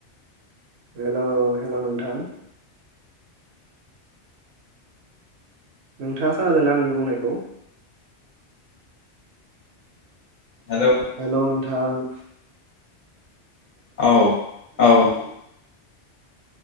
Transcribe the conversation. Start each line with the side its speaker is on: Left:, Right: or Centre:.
Right: हेल' हेल' नोंथां नोंथाङा खोनादोंना आंनि बुंनायखौ?
Left: हेल'
Right: हेल' नोंथां
Left: औ औ